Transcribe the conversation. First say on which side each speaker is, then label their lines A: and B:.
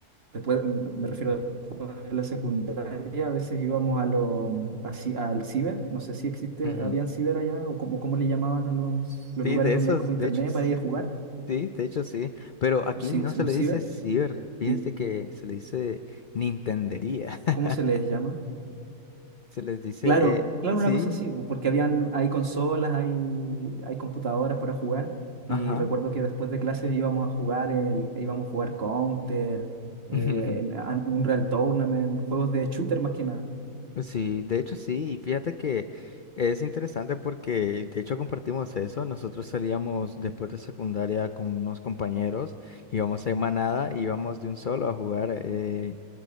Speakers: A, on the right; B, on the left.
A: después, m- me refiero después de la secundaria, a veces íbamos a los, así, al ciber, no sé si existe,
B: Ujú.
A: habían ciber allá, o como, cómo le llamaban a los,
B: Sí,
A: los lugares
B: de
A: donde
B: esos,
A: hay como internet
B: de hecho, s-
A: para ir a jugar,
B: sí, de hecho sí, pero aquí
A: un ci-
B: no se
A: un
B: le
A: ciber,
B: dice ciber, fíjense
A: y
B: que se le dice nintendería, <laughs>
A: ¿cómo se les llama?
B: se les dice,
A: Claro,
B: eh,
A: claro,
B: sí,
A: una cosa así, po, porque habían, hay consolas, hay, hay computadoras para jugar,
B: ajá.
A: y recuerdo que después de clases íbamos a jugar el, e íbamos a jugar Counter, eh,
B: <laughs>
A: el An- Unreal Tournament, juegos de shooter más que nada.
B: Sí, de hecho sí, y fíjate que es interesante porque de hecho compartimos eso, nosotros salíamos después de secundaria con unos compañeros, íbamos en manada, íbamos de un solo a jugar, eh,